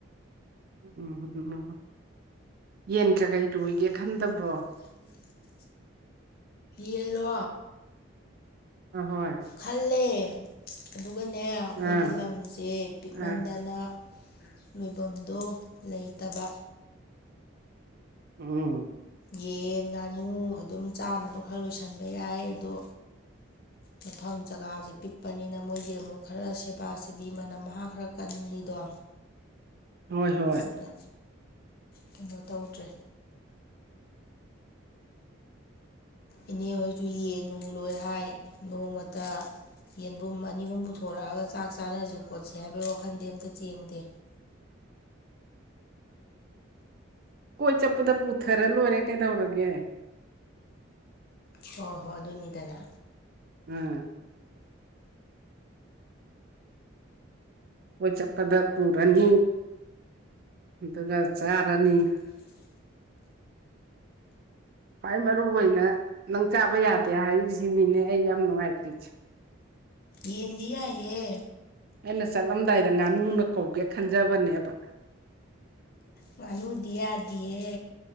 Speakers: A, on the right; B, on the left.
A: ꯎꯝꯝ ꯎꯝ ꯎꯝ ꯌꯦꯟ ꯀ ꯀꯩ ꯂꯣꯏꯒꯦ
B: ꯌꯦ
A: ꯈꯟꯗꯕ꯭ꯔꯣ
B: ꯆ ꯇꯦꯟꯔꯤꯦ ꯌꯦꯂꯣ
A: ꯑ ꯍꯣꯏ
B: ꯈꯜꯂꯦ ꯑꯗꯨꯒꯅꯦ ꯑꯩꯈꯣꯏꯒꯤ
A: ꯑꯥ
B: ꯂꯝꯁꯦ ꯄꯤꯛꯃꯟꯗꯅ
A: ꯑꯥ
B: ꯂꯣꯏꯐꯝꯗꯣ ꯂꯩꯇꯕ
A: ꯎꯝ
B: ꯌꯦꯟ ꯉꯥꯅꯨ ꯑꯗꯨꯝ ꯆꯥꯅꯕ ꯈꯔ ꯂꯣꯏꯁꯤꯟꯕ ꯌꯥꯏ ꯑꯗꯣ
A: <inaudible> <inaudible>
B: ꯃꯐꯝ ꯖꯒꯥꯁꯦ ꯄꯤꯛꯄꯅꯤꯅ ꯃꯣꯏꯗꯤ ꯑꯃꯨꯛ ꯈꯔ ꯁꯦꯕꯥ ꯁꯦꯕꯤ ꯃꯅꯝ ꯃꯍꯥꯛ ꯈꯔ ꯀꯜꯂꯤꯗꯣ
A: <inaudible> <inaudible> ꯍꯣꯏ
B: ꯁꯤꯅ ꯀꯩꯅꯣ ꯇꯧꯗ꯭ꯔꯦ ꯏꯅꯦꯍꯣꯏꯁꯨ ꯌꯦꯟ ꯅꯨꯡ ꯂꯣꯏ ꯍꯥꯏ ꯅꯣꯡꯃꯇ ꯌꯦꯟꯕꯨꯝ ꯑꯅꯤ ꯑꯍꯨꯝ ꯄꯨꯊꯣꯔꯛꯑꯒ ꯆꯥꯛ ꯆꯥꯅꯔꯁꯤ ꯈꯣꯠꯁꯤ ꯍꯥꯏꯕꯩ ꯋꯥꯈꯟꯗꯤ ꯑꯝꯇ ꯆꯦꯟꯗꯦ
A: ꯀꯣꯏ ꯆꯠꯄꯗ ꯄꯨꯊꯔ ꯂꯣꯏꯔꯦ ꯀꯩꯗꯧꯔꯒꯦ
B: ꯍꯣꯏ ꯍꯣꯏ ꯑꯗꯨꯅꯤꯗꯗꯥ
A: ꯎꯝ ꯀꯣꯏ ꯆꯠꯄꯗ ꯄꯨꯔꯅꯤ ꯑꯗꯨꯒ ꯆꯥꯔꯅꯤ
B: ꯃꯔꯅꯤ
A: ꯈ꯭ꯋꯥꯏ ꯃꯔꯨꯏ ꯑꯣꯏꯅ ꯅꯪ ꯆꯥꯕ ꯌꯥꯗꯦ ꯍꯥꯏꯔꯤꯁꯤꯅꯤꯅꯦ ꯑꯩ ꯌꯥꯝ ꯅꯨꯡꯉꯥꯏꯇ꯭ꯔꯤꯁꯦ
B: ꯌꯦꯟꯗꯤ ꯌꯥꯏꯌꯦ
A: ꯑꯩꯅ ꯆꯠꯂꯝꯗꯥꯏꯗ ꯉꯥꯅꯨꯅ ꯀꯧꯒꯦ ꯈꯟꯖꯕꯅꯦꯕ
B: ꯉꯥꯅꯨꯗꯤ ꯌꯥꯗꯤꯌꯦ